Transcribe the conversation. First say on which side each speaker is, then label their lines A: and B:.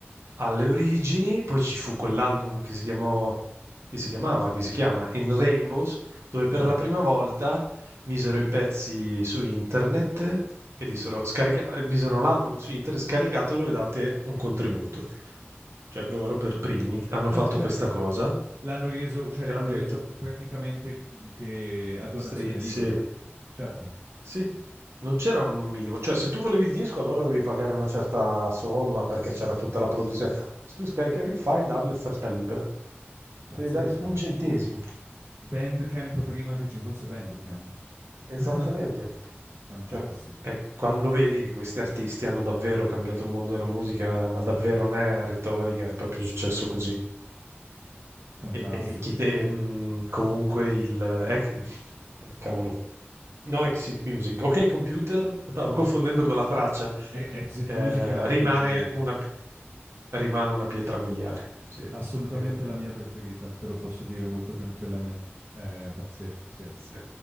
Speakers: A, on the right; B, on the right.
A: alle origini, poi ci fu quell'album che si chiamò, che si chiamava, che si chiama In Rainbows, dove per
B: certo.
A: la prima volta misero i pezzi su internet e dissero, scarica- misero l'album su internet, scaricatelo e date un contributo. Cioè loro per primi hanno fatto
B: Ah, certo.
A: questa cosa,
B: L'hanno reso, cioè
A: che
B: l'hanno
A: hanno detto,
B: reso praticamente mhmm, che a donazione
A: stri- sì,
B: libera. Certo,
A: Sì, non c'era un minimo, cioè se tu volevi il disco allora dovevi pagare una certa somma perché c'era tutta la produzione. Se tu scaricavi il file davi offerta libera,
B: pazzesco.
A: devi dare un centesimo.
B: Bandcamp prima che ci fosse Bandcamp.
A: Esattamente.
B: <laughs> Fantastico,
A: Cioè, eh, quando vedi che questi artisti hanno davvero cambiato il mondo della musica, ma davvero non è retorica, è proprio successo così.
B: fantastico.
A: E, e chi te- mh, comunque il... ec- oh, cavolo. No, Exit Music. Ok, computer, stavo confondendo con la traccia.
B: E- Exit
A: Eh,
B: Music è la mia
A: rimane
B: preferita,
A: una, rimane una pietra miliare. Sì,
B: assolutamente
A: rimane.
B: la mia preferita, te lo posso dire molto tranquillamente. È pazzesca, sì.
A: Sì.